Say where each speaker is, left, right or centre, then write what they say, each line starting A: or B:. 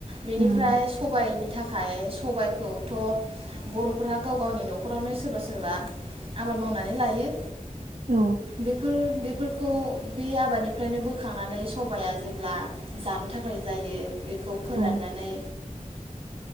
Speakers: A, on the right; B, on the right.
A: बेनिफ्राय
B: उम
A: सबाइनि थाख खाय सबायखौथ बरफोरा गाव गावनि नखरावनो सोरबा सोरबा आबाद मावनानै लायो
B: औ
A: बेफोर बे फोरखौ बे आबादनिफ्रायनो बोखांनानै सबाइया जेब्ला जानो थाखाय जायो बेखौ फोराननानै
B: औ